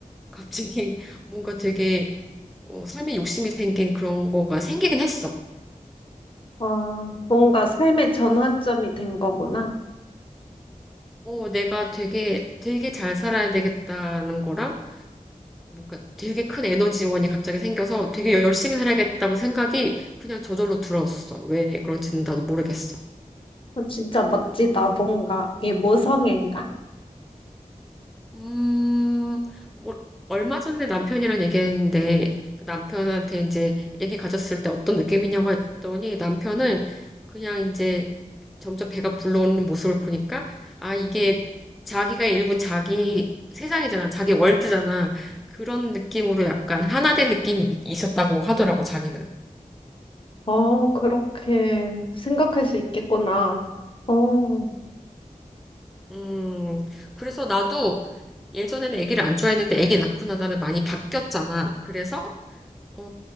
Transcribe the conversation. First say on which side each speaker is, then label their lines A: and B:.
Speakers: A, in the centre; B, on the left.
A: 갑자기 <laughs> 뭔가 되게 어, 삶에 욕심이 생긴 그런 거가 생기긴 했어.
B: 아, 뭔가 삶의 전환점이 된 거구나.
A: 어, 내가 되게 되게 잘 살아야 되겠다는 거랑 뭔가 되게 큰 에너지원이 갑자기 생겨서 되게 열심히 살아야겠다고 생각이 그냥 저절로 들었어. 왜 그런지는 나도 모르겠어.
B: 어, 진짜 멋지다, 뭔가. 이게 모성애인가?
A: 음, 뭐, 얼마 전에 남편이랑 얘기했는데, 그 남편한테 이제 얘기 가졌을 때 어떤 느낌이냐고 했더니, 남편은 그냥 이제 점점 배가 불러오는 모습을 보니까, 아, 이게 자기가 일군 자기 세상이잖아. 자기 월드잖아. 그런 느낌으로 약간 하나 된 느낌이 있었다고 하더라고, 자기는.
B: 어, 그렇게 생각할 수 있겠구나. 어,
A: 음, 그래서 나도 예전에는 아기를 안 좋아했는데 아기 낳고 나다음에 많이 바뀌었잖아. 그래서 어,